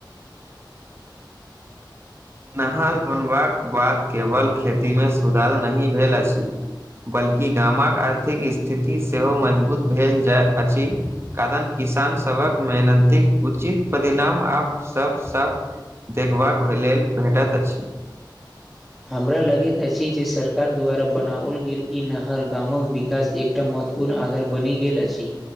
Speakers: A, on the right; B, in the centre.
A: नहाय बनबाक बाद केवल खेतीमे सुधार नहि भेल अछि बल्कि गामक आर्थिक स्थिति सेहो मजबूत भेल जाय अछि कारण किसान सबक मेहनती उचित परिणाम आ सब सब देखबाक लेल भेटैत अछि
B: हमरा लगैत अछि जे सरकार द्वारा बनाओल गेल ई नहर गामक विकास एक एकटा महत्वपूर्ण आधार बनि गेल अछि